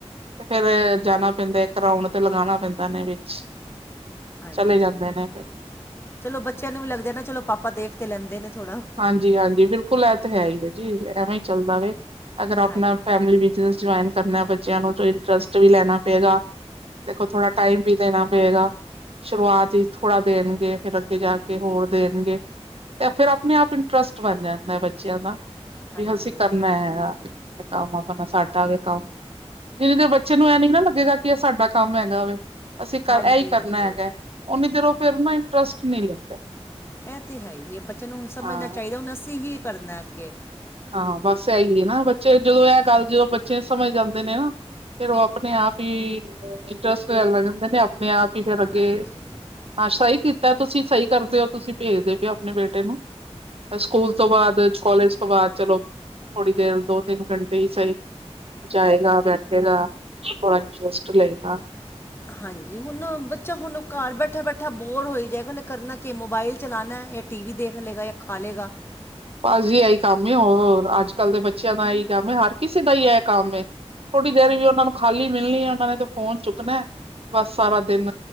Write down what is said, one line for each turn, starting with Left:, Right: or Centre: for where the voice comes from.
Right: ਤੇ ਫੇਰ ਇਹ ਜਾਣਾ ਪੈਂਦਾ ਏਕ ਰਾਓਡ ਤੇ ਲਗਾਣਾ ਪੈਂਦਾ ਏਨੇ ਵਿੱਚ।
Left: ਹਾਂਜੀ,
Right: ਚਲੇ ਜਾਂਦੇ ਨੇ ਫਿਰ
Left: ਚਲੋ ਬੱਚਿਆਂ ਨੂੰ ਵੀ ਲੱਗਦੈ ਨਾ ਚਲੋ ਪਾਪਾ ਦੇਖ ਤੇ ਲੈਂਦੇ ਨੇ ਥੋੜਾ
Right: ਹਾਂਜੀ-ਹਾਂਜੀ ਬਿਲਕੁਲ ਐਹ ਤੇ ਹੈ ਹੀ ਏ ਜੀ, ਐਵੇਂ ਈ ਚੱਲਦਾ ਵੇ
Left: ਹਾਂਜੀ
Right: ਅਗਰ ਆਪਣਾ ਫੈਮਿਲੀ ਵਿਚ ਜੇ ਜੁਆਇਨ ਕਰਨਾ ਬੱਚਿਆਂ ਨੂੰ ਤੇ ਇੰਟਰਸਟ ਵੀ ਲੈਣਾ ਪਏਗਾ। ਦੇਖੋ ਥੋੜਾ ਟਾਈਮ ਵੀ ਦੇਣਾ ਪਏਗਾ। ਸ਼ੁਰੂਆਤ ਵਿਚ ਥੋੜਾ ਦੇਣਗੇ, ਫੇਰ ਅੱਗੇ ਜਾ ਕੇ ਹੋਰ ਦੇਣਗੇ ਤੇ ਫੇਰ ਆਪ ਆਪਣੇ-ਆਪ ਇੰਟਰਸਟ ਬਣ ਜਾਂਦੈ ਬੱਚਿਆਂ ਦਾ
Left: ਹਾਂਜੀ
Right: ਵੀ ਅਸੀ ਕਰਨੈ ਆ। ਕੰਮ ਆਪਣਾ ਸਾਡਾ ਵੇ ਕੰਮ ਜਿੰਨੀ ਦੇਰ ਬੱਚੇ ਨੂੰ ਐਹ ਨੀ ਨਾ ਲੱਗੇਗਾ ਕੀ ਏ ਸਾਡਾ ਕੰਮ ਹੈਗਾ ਵੇ, ਅਸੀਂ ਕਰ
Left: ਹਾਂਜੀ
Right: ਐਹੀ ਕਰਨਾ
Left: ਹਾਂਜੀ
Right: ਹੈਗਾ। ਉਨੀ ਦੇਰ ਉਹ ਫੇਰ ਨਾ ਇੰਟਰਸਟ ਨੀ ਲੇਂਦੇ।
Left: ਐਹ ਤੇ ਹੈ ਹੀ ਏ ਬੱਚੇ ਨੂੰ ਹੁਣ ਸਮਝਣਾ
Right: ਹਾਂ
Left: ਚਾਹੀਦੈ ਹੁਣ ਅਸੀ ਹੀ ਕਰਨੈ ਅੱਗੇ।
Right: ਹਾਂ- ਹਾਂ। ਬਸ ਐਹੀ ਏ ਨਾ ਬੱਚੇ ਜਦੋਂ ਐਹ ਗੱਲ ਜੇ ਓਹ ਬੱਚੇ ਸਮਝ ਜਾਂਦੇ ਨੇ ਨਾ ਫਿਰ ਉਹ ਆਪਣੇ-ਆਪ ਹੀ ਇੰਟਰਸਟ ਲੈਣ ਲੱਗ ਜਾਂਦੇ ਨੇ, ਆਪਣੇ-ਆਪ ਹੀ ਫੇਰ ਅੱਗੇ
Left: ਹਾਂਜੀ
Right: ਹਾਂ ਸ਼ਹੀ ਕੀਤਾ ਤੁਸੀ ਸਹੀ ਕਰਦੇ ਓ ਤੁਸੀ ਪੇਜਦੇ ਪ‌ਏ ਓ ਆਪਣੇ ਬੇਟੇ ਨੂੰ। ਸਕੂਲ ਤੋਂ ਬਾਦ, ਕੋਲਜ ਤੋਂ ਬਾਦ, ਚਲੋ ਥੋੜੀ ਦੇਰ ਦੋ-ਤਿੰਨ ਘੰਟੇ ਹੀ ਸਹੀ ਜਾਏਗਾ ਬੈਠੇਗਾ ਥੋੜਾ ਇੰਟਰਸਟ ਲਏਗਾ।
Left: ਹਾਂਜੀ। ਹੁਣ ਬੱਚਾ ਹੁਣ ਘਰ ਬੈਠਾ- ਬੈਠਾ ਬੋਰ ਹੋਈ ਜਾਏਗਾ ਉਨੇ ਕਰਨਾ ਕਿ ਮੋਬਾਇਲ ਚਲਾਨੈ। ਯਾ ਟੀ ਵੀ ਦੇਖ ਲੇਗਾ ਯਾ ਖਾ ਲੇਗਾ।
Right: ਬਸ ਜੀ ਏਹੀ ਕੰਮ ਏ, ਹੋਰ ਅੱਜ-ਕੱਲ ਦੇ ਬੱਚਿਆਂ ਦਾ ਇਹੀ ਕੰਮ ਏ ਹਰ ਕਿਸੇ ਦਾ ਹੀ ਐ ਕੰਮ ਏ। ਥੋੜੀ ਦੇਰ ਵੀ ਔਨਾ ਨੂੰ ਖਾਲੀ ਮਿਲਣੀ ਐ ਉਹਨਾ ਨੇ ਤੇ ਫੋਨ ਚੁੱਕਣੈ ਬਸ ਸਾਰਾ ਦਿਨ